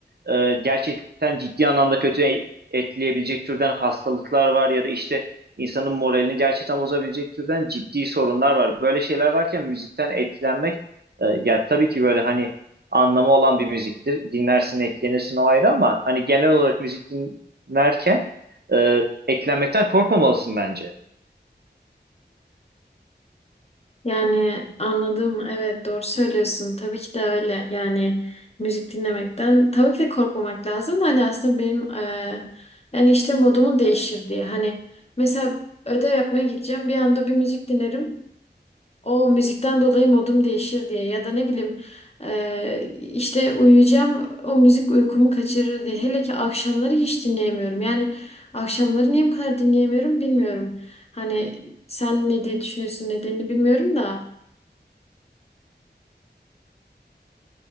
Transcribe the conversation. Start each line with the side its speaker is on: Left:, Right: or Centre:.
Right: e, gerçekten ciddi anlamda kötü e- etkileyebilecek türden hastalıklar var ya da işte insanın moralini gerçekten bozabilecek türden ciddi sorunlar var. Böyle şeyler varken müzikten etkilenmek e, ya tabii ki böyle hani anlamı olan bir müziktir. Dinlersin, etkilenirsin o ayrı ama hani genel olarak müzik din- derken e, eklenmekten korkmamalısın bence.
Left: Yani anladım. Evet doğru söylüyorsun. Tabii ki de öyle. Yani müzik dinlemekten tabii ki de korkmamak lazım da hani aslında benim e, yani işte modumu değişir diye. Hani mesela ödev yapmaya gideceğim bir anda bir müzik dinlerim. O müzikten dolayı modum değişir diye ya da ne bileyim e, işte uyuyacağım o müzik uykumu kaçırır diye. Hele ki akşamları hiç dinleyemiyorum. Yani akşamları niye bu kadar dinleyemiyorum bilmiyorum. Hani sen ne diye düşünüyorsun nedenini bilmiyorum da.